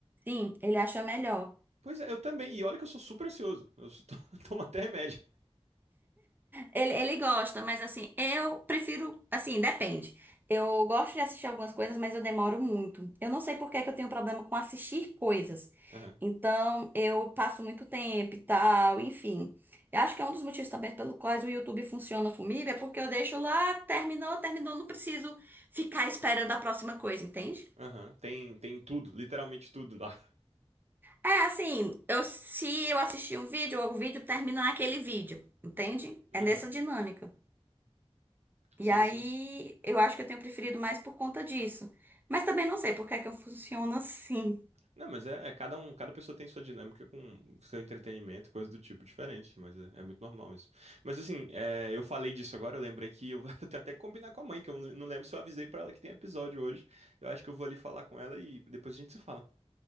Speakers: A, on the right; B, on the right.
A: Sim, ele acha melhor.
B: Pois é, eu também. E olha que eu sou super ansioso. Eu sou- <laughs> tomo até remédio.
A: Ele, ele gosta, mas assim, eu prefiro. Assim, depende. Eu gosto de assistir algumas coisas, mas eu demoro muito. Eu não sei por que que eu tenho problema com assistir coisas.
B: Aham,
A: Então, eu passo muito tempo e tal, enfim. Eu acho que é um dos motivos também pelo quais o YouTube funciona comigo, é porque eu deixo lá, terminou, terminou, não preciso ficar esperando a próxima coisa, entende?
B: aham. Tem, tem tudo, literalmente tudo lá.
A: É assim, eu, se eu assistir um vídeo, o vídeo termina naquele vídeo, entende? É
B: Aham,
A: nessa dinâmica. E
B: Sim,
A: aí,
B: sim.
A: eu acho que eu tenho preferido mais por conta disso. Mas também não sei por que é que eu funciono assim.
B: Não, mas é, é cada um, cada pessoa tem sua dinâmica com seu entretenimento, coisa do tipo diferente, mas é, é muito normal isso. Mas assim, é, eu falei disso agora, eu lembrei que eu <laughs> vou até até combinar com a mãe, que eu não lembro se eu avisei pra ela que tem episódio hoje. Eu acho que eu vou ali falar com ela e depois a gente se fala.